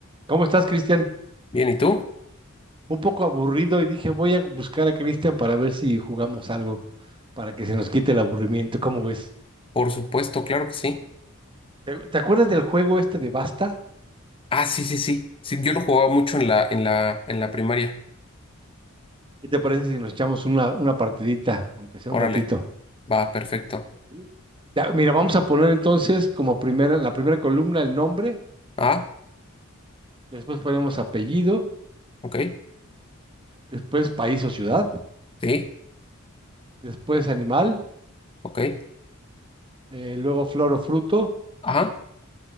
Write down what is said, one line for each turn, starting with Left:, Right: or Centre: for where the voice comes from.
Right: ¿Cómo estás, Cristian?
Left: Bien, ¿y tú?
Right: Un poco aburrido y dije, voy a buscar a Cristian para ver si jugamos algo, para que se nos quite el aburrimiento. ¿Cómo ves?
Left: Por supuesto, claro que sí.
Right: ¿Te, te acuerdas del juego este de Basta?
Left: Ah, sí, sí, sí. Sí, yo lo jugaba mucho en la, en la, en la primaria.
Right: ¿Qué te parece si nos echamos una, una partidita, aunque sea
Left: Órale,
Right: un ratito?
Left: va, perfecto.
Right: Sí. Ya, mira, vamos a poner entonces como primera, la primera columna el nombre,
Left: Ah,
Right: después ponemos apellido,
Left: ok,
Right: después país o ciudad,
Left: sí,
Right: después animal,
Left: ok.
Right: eh, luego flor o fruto
Left: Ajá,